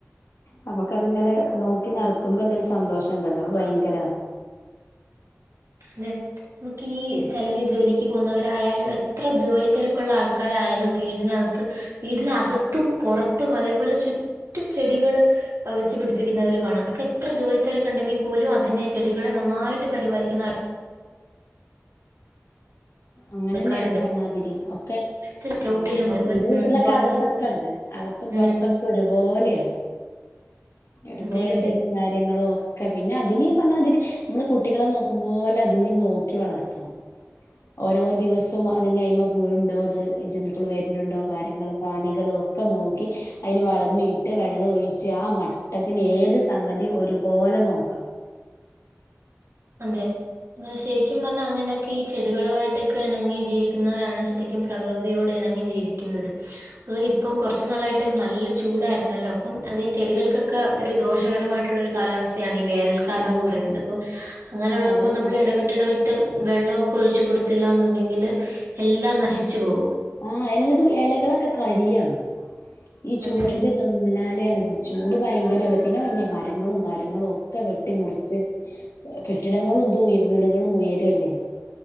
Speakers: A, on the left (about 80°); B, on the right (about 80°).
A: നമുക്ക അതിങ്ങനെ നോക്കി നടത്തുമ്പല്ലരു സന്തോഷണ്ടല്ലോ അത് ഭയങ്കരാണ്
B: അതെ മുക്ക് ഈ ചെലര് ജോലിക്ക് പോവുന്നവരായാലും എത്ര ജോലി തെരക്കുള്ള ആൾക്കാരായാലും വീടിനകത്ത് വീടിനകത്തും പൊറത്തും അതേപോലെ ചുറ്റും ചെടികള് വെച്ച് പിടിപ്പിക്കുന്നവര് കാണാം അവർക്ക് എത്ര ജോലി തെരക്കു ഉണ്ടെങ്കി പോലും അതിനെ ചെടികളെ നന്നായിട്ട് പരിപാലിക്കുന്ന
A: അങ്ങനെന്നെണ്
B: ആൾക്കാരുണ്ട്
A: പർഞാതിരി ഒക്കെ
B: സിറ്റൗട്ടിലും
A: ആ
B: അതേപോലെ
A: ഇന്റെ വീട്ടിലൊക്കെ
B: ഉം പുറത്തും
A: അകത്തൊക്കെ
B: ഒക്കെ
A: ഇണ്ട് അകത്തും പൊറത്തൊ
B: ഉം
A: ക്ക ഒരുപോലെണ് ഒരുപോലെ
B: അതെ അതെ
A: ചെടിം കാര്യങ്ങളു ഒ ക്ക പിന്നെ അതിന് ഈ പർഞാതിരി നമ്മള് കുട്ടികളെ നോക്കുമ്പോലെ അതിനിം നോക്കി വളർത്തണം ഓരോ ദിവസവും അതിന്റെ അയ്മ പൂഴുണ്ടോ അത് ജന്തുക്കൾ വര്ന് ണ്ടോ കാര്യങ്ങള് പ്രാണികളു ഒക്ക നോക്കി അയിന് വളമിട്ട് വെള്ളൂ ഒഴിച്ച് ആ മട്ടതിന് ഏത് സംഗതി ഒരുപോലെ നോക്കണം
B: അതെ ശരിക്കും പർഞ്ഞാ അങ്ങനെയൊക്കെ ഈ ചെടികളു ആയിട്ടൊക്കെ ഇണങ്ങി ജീവിക്കുന്നവരാണ് ശരി ക്കും പ്രകൃതിയോട് എണങ്ങി ജീവിക്കുന്നത് ഓല് ഇപ്പം കൊർച്ചു നാളായി ഏറ്റവും നല്ല ചൂടായിര്ന്നല്ലോ അപ്പം അത് ഈ ചെടികൾക്കൊക്കെ ഒരു ദോഷകരമായിട്ടുള്ളൊരു കാലാവസ് യാണ് ഈ വേനൽക്കാലം
A: ആഹ്
B: എന്ന് പറയുന്നത് അപ്പോ അങ്ങനെയുള്ളപ്പോ
A: അതന്നെയാണ്
B: നമ്മള് എട എടവിട്ട് എടവിട്ട് വെള്ളോക്കെ ഒഴിച്ച് കൊടുത്തില്ലാന്നുണ്ടെങ്കില് എല്ലാം നശിച്ചു പോവും
A: ആ എല്ലതും എലകളൊക്കെ കരിയാണ് ഈ ചൂടിന്റെ
B: അതെ അതെ
A: ദമ്മ്നാലെണ് ഇത് ചൂട് ഭയങ്കരല്ലേ പിന്നെ വന്നെ മരങ്ങളും കാര്യങ്ങളും ക്കെ വെട്ടി മുറിച്ച് കെട്ടിടങ്ങളുംതു വീടുകളും ഉയരല്ലേ